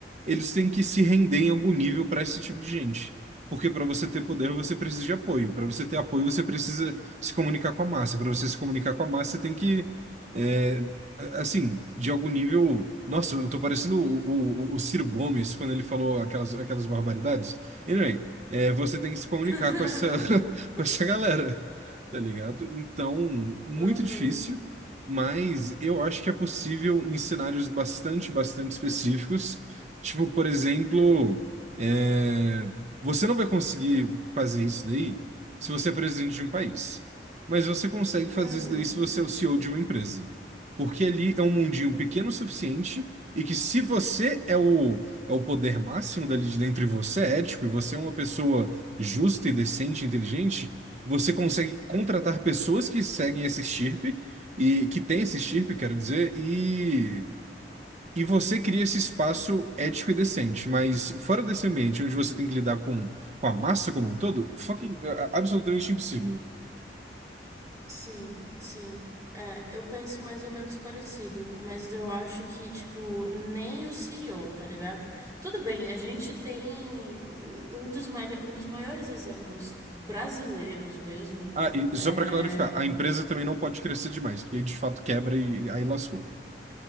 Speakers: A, on the right; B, on the right.
A: eles têm que se render em algum nível para esse tipo de gente. Porque para você ter poder, você precisa de apoio. Para você ter apoio, você precisa se comunicar com a massa. Para você se comunicar com a massa, você tem que, é, a- assim, de algum nível. Nossa, eu tô parecendo o, o, o Ciro Gomes quando ele falou aquelas, aquelas barbaridades. Anyway, é, você tem que se comunicar
B: <laughs>
A: com essa, <laughs> com essa galera tá ligado? Então, muito
B: Uhum.
A: difícil, mas eu acho que é possível em cenários bastante, bastante específicos. Tipo, por exemplo, é, você não vai conseguir fazer isso daí se você é presidente de um país, mas você consegue fazer
B: Uhum,
A: isso daí se você é o CEO de uma empresa. Porque ali é um mundinho pequeno o suficiente e que se você é o, é o poder máximo dali de dentro e você é ético e você é uma pessoa justa e decente, e inteligente, você consegue contratar pessoas que seguem esse estirpe e que tem esse estirpe, quero dizer, e e você cria esse espaço ético e decente. Mas fora desse ambiente onde você tem que lidar com, com a massa como um todo, fucking, é, é absolutamente impossível.
B: sim, sim. É, eu penso mais ou menos parecido, mas eu acho que, tipo, nem o CEO, tá ligado? Tudo bem, a gente tem o- um dos, malho- um dos maiores exemplos brasileiros mesmo.
A: Ah, e
B: É,
A: só para clarificar, a empresa também não pode crescer demais, porque aí de fato quebra e aí lascou.